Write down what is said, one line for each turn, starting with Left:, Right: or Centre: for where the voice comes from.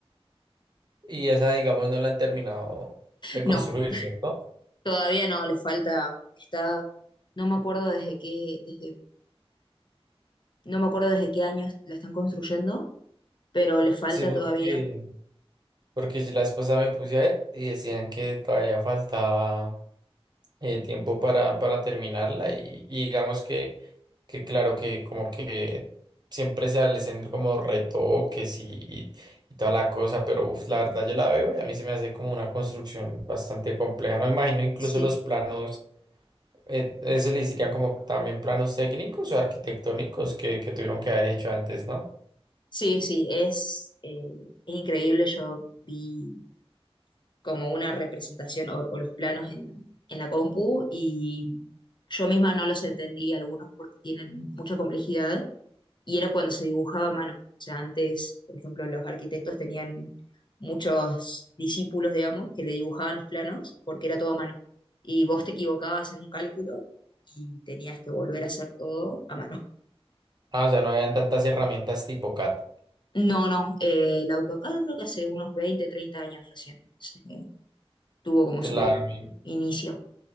Right: Y esa, digamos, no la han terminado de
Left: No,
Right: construir, ¿cierto?
Left: todavía no, le falta, está, no me acuerdo desde qué, desde No me acuerdo desde qué años la están construyendo, pero le falta
Right: Sí, porque,
Left: todavía.
Right: porque si la esposa me puse a ver y decían que todavía faltaba eh, tiempo para, para terminarla y, y digamos que, que claro que como que siempre se hacen como retoques y, y, y toda la cosa, pero uf, la verdad yo la veo y a mí se me hace como una construcción bastante compleja. No imagino incluso
Left: Sí,
Right: los planos, eh, eso le dirían como también planos técnicos o arquitectónicos que, que tuvieron que haber hecho antes, ¿no?
Left: sí, sí, es, eh, es increíble. Yo vi como una representación o, o los planos en, en la compu y yo misma no los entendí algunos porque tienen mucha complejidad y era cuando se dibujaba a mano. O sea, antes, por ejemplo, los arquitectos tenían muchos discípulos, digamos, que le dibujaban los planos porque era todo a mano. Y vos te equivocabas en un cálculo y tenías que volver a hacer todo a mano.
Right: Ah, o sea, no habían tantas herramientas tipo CAD.
Left: No, no, eh, el AutoCAD creo que hace unos 20, 30 años recién se- tuvo como
Right: Claro,
Left: su
Right: No.
Left: inicio.